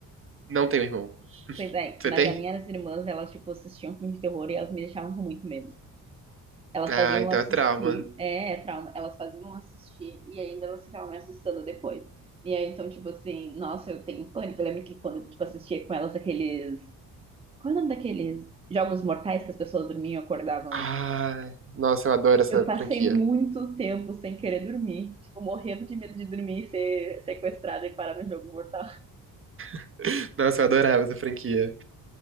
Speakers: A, on the right (about 35°); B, on the right (about 15°).
A: não tenho irmão.
B: Pois é,
A: Você
B: mas
A: tem?
B: as minhas irmãs, elas, tipo, assistiam filme de terror e elas me deixavam com muito medo. Elas
A: Ah,
B: faziam eu
A: então
B: assistir,
A: é trauma.
B: é, é trauma, elas faziam eu assistir e ainda elas ficavam me assustando depois. E aí, então, tipo assim, nossa, eu tenho pânico. Eu lembro que quando, tipo, assistia com elas aqueles... Qual é o nome daqueles jogos mortais que as pessoas dormiam e acordavam?
A: Ah, nossa, eu adoro essa
B: Eu passei
A: franquia.
B: muito tempo sem querer dormir, tipo, morrendo de medo de dormir e ser sequestrada e parar no jogo mortal. <laughs>
A: <laughs> Nossa, eu adorava essa franquia.